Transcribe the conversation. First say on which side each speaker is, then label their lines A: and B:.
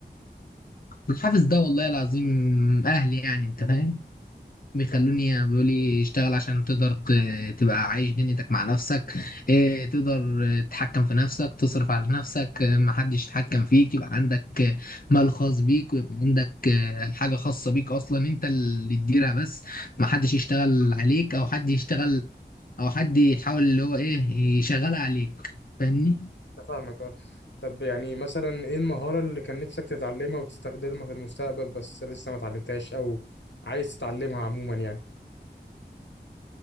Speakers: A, on the left (about 55°); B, on the left (about 90°).
A: الحافز ده والله العظيم اهلي يعني انت فاهم بيخلوني
B: فا-
A: بيقول لي اشتغل عشان تقدر ت- تبقى عايش دنيتك مع نفسك اه، تقدر اه، تتحكم في نفسك تصرف على نفسك اه، محدش يتحكم فيك يبقى عندك اه، مال خاص بيك ويبقى عندك اه، حاجة خاصة بيك أصلا أنت اللي تديرها بس محدش يشتغل عليك أو حد يشتغل أو حد يحاول اللي هو إيه يشغلها عليك فاهمني؟
B: أنا فاهمك اه طب يعني مثلا ايه المهاره اللي كان نفسك تتعلمها وتستخدمها في المستقبل بس لسه ما اتعلمتهاش او عايز تتعلمها عموما يعني